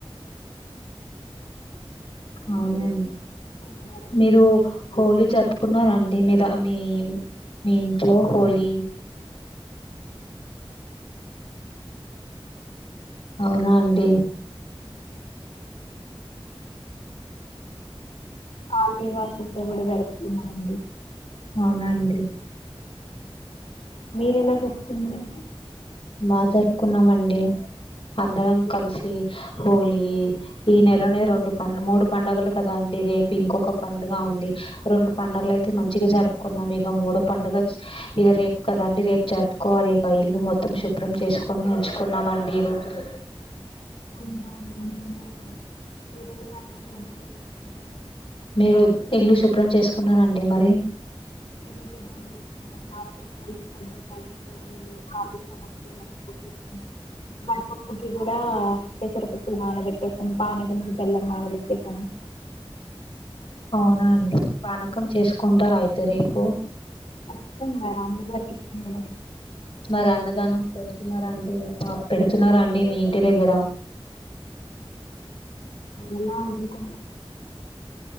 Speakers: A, on the left; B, on the left.
A: అవునండి.
B: కొన్ని ధరలు
A: మీరు
B: మాత్రం విపరీతంగా
A: హోలీ జరుపుకున్నరాండి మీ త మీ మీ ఇంట్లో హోలీ అవునా అండి.
B: కాలనీ వాళ్ళు ఇంట్లో కూడా జరుపుకున్నామండి.
A: అవునా అండి
B: మీరెలా జరుపుకున్నారు.
A: బా జరుపుకున్నామండి. అందరం కలిసి హోలీ ఈ నెలనే రెండు మూడు పండుగలు కదండి. రేపు ఇంకొక పండుగ ఉంది. రెండు పండుగలు అయితే మంచిగా జరుపుకున్నాం. ఇగ మూడో పండుగ ఇగ రేపు కదండి రేపు జరుపుకోవాలి. ఇగ ఇల్లు మొత్తం మొత్తం శుభ్రం చేసుకొని ఉంచుకున్నామండి ఈరోజే.
B: ఉ అ <unintelligible>
A: మీరు ఇల్లు శుభ్రం చేసుకున్నారంండి మరి
B: ఇకి బ మార్కెట్ క వెళ్ కాఫ స వడపప్పుకి కూడా పెసరపప్పులు నానబెట్టేసాను పానీ జల్లం నానబెట్టేసాను
A: అవునా అండి పానకం చేసుకుంటారు అయితే త రేపు
B: ఖచ్చితంగా రామ్ వారికి ఇస్తుంది
A: మరి అన్నదానం పెడుతున్నారా అంటడి పెడుతున్నారా అండి మీ ఇంటి దగ్గర
B: ఎలాా ఉక